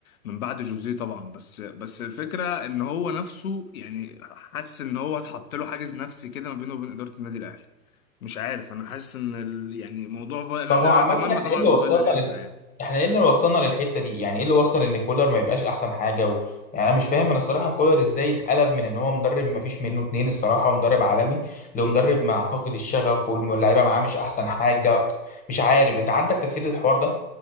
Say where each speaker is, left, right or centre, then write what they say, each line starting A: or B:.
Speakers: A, on the left; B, on the left.
A: من بعد جوزيه طبعا بس بس الفكرة ان هو نفسه يعني حاسس ان هو اتحط له حاجز نفسي كده ما بينه وبين ادارة النادي الاهلي مش عارف انا حاسس ان ال يعني موضوع فايلر
B: طب
A: انا
B: هو عامة
A: اتمنى
B: احنا
A: طبعا
B: ايه اللي
A: ان
B: وصلنا
A: فايلر يرجع
B: لل...
A: يعني
B: احنا ايه اللي وصلنا للحتة دي يعني ايه اللي وصل ان كولر ما يبقاش احسن حاجة و... يعني انا مش فاهم انا الصراحة كولر ازاي اتقلب من ان هو مدرب ما فيش منه اتنين الصراحة ومدرب عالمي لمدرب مع فاقد الشغف واللاعيبة معاه مش احسن حاجة مش عارف انت عندك تفسير للحوار ده